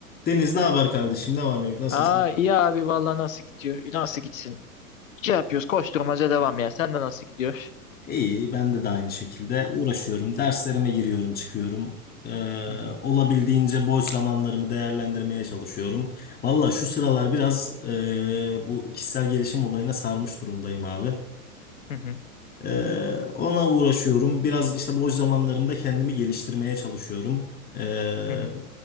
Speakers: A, on the left (about 20°); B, on the left (about 60°).
A: Deniz ne haber kardeşim? Ne var ne yok? Nasılsın?
B: Aa iyi abi vallahi nasıl gidiyor? Nasıl gitsin? Şey yapıyoruz koşturmaca devam ya. Sen de nasıl gidiyor?
A: İyi, ben de, de aynı şekilde uğraşıyorum. Derslerime giriyorum, çıkıyorum. Ee,
B: Hı hı
A: olabildiğince boş zamanlarımı değerlendirmeye çalışıyorum. Valla şu sıralar biraz ee, bu kişisel gelişim olayına sarmış durumdayım abi.
B: hı hı.
A: Ee, ona uğraşıyorum. Biraz işte boş zamanlarımda kendimi geliştirmeye çalışıyorum. Ee,
B: hı hı.